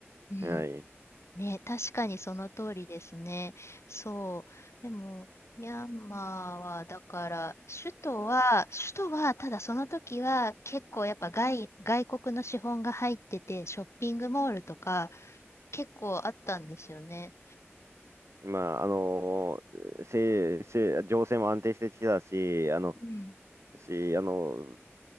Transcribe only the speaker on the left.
うん
ね、確かにその通りですね。そう。でも、ミャンマーは、だから、首都は、首都は、ただその時は、結構やっぱ外、外国の資本が入ってて、ショッピングモールとか、結構あったんですよね。
うん。